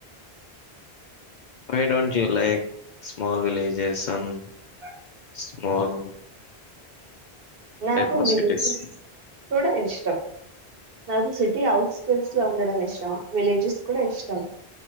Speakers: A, on the left; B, on the right.
A: why don't you like small villages sun
B: a
A: small
B: నాకు
A: టైప్ ఆఫ్
B: విలేజెస్
A: సిటీస్
B: కూడా ఇష్టం నాకు సిటీ అవుట్ స్కట్స్ లో ఉండడం ఇష్టం విలేజెస్ కూడా ఇష్టం